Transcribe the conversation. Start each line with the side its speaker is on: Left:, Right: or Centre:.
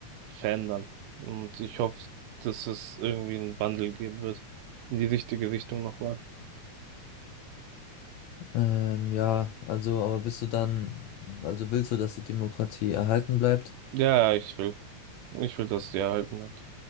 Right: verändern. Und ich hoffe, dass es irgendwie einen Wandel geben wird in die richtige Richtung nochmal.
Left: Ähm, ja, also, aber bist du dann, also willst du, dass die Demokratie erhalten bleibt?
Right: Ja, ich will. Ich will, dass die erhalten wird.